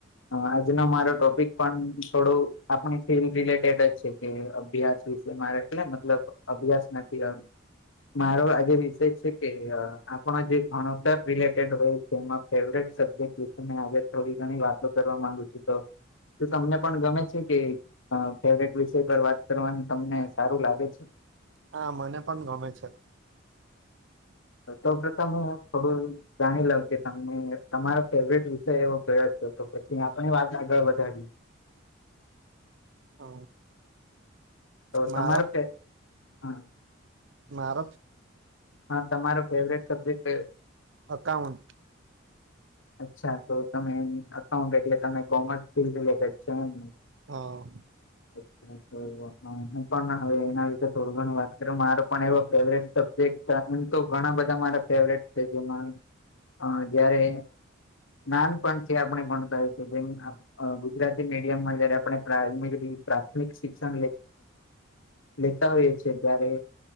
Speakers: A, on the left (about 70°); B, on the right (about 65°).
A: અ આજનો મારો ટોપિક પણ થોડું આપણી ફિલ્ડ રિલેટેડ જ છે કે અભ્યાસ વિશે મારે એટલે મતલબ અભ્યાસ નથી અ. મારો આજે વિષય છે કે અ આપણે જે ભણતર રિલેટેડ હોય છે. ફેવરેટ સબ્જેક વિશે આ થોડી ઘણી વાતો કરવા માંગુ છું તો. તો તમને પણ ગમે છે કે અ ફેવરેટ વિષય પર વાત કરવાની. તમને સારું લાગે છે.
B: હા મને પણ ગમે છે.
A: હ ત ઉપ તોમે પડું <inaudible> જાણી લાવ કે તમે તમારો ફેવરટ વિષય એવો કયો છો તો પછી આપણે વાત આગળ વધારી. <unintelligible>
B: હો મારો
A: તમારો ફે હા
B: મારો.
A: હા તમારો ફેવરેટ સબ્જેક્ટ.
B: અકાાઉન્ટ.
A: અચ્છા તો તમે અકાઉન્ટ એટલે તમે કોમર્સ ફિલ્ડ રિલેટેડ છે એમ.
B: હા.
A: અચ્છાચ વા <inaudible> હું પણ હવે એના વિશે થોડું ઘણું વાત કર મારો પણ એવો ફેવરેટ સબ્જેક્ટ. તો ઘણા બધા મારા ફેવરેટ છે જેમાં અ જયારે. નાન પણ છે આપણે ભણતા હોય છે બે. અ ગુજરાતી મીડિયમમાં જયારે આપણે પ્રાથમિક પ્રાથમિક શિક્ષણ લેતા હોએ છે ત્યારે.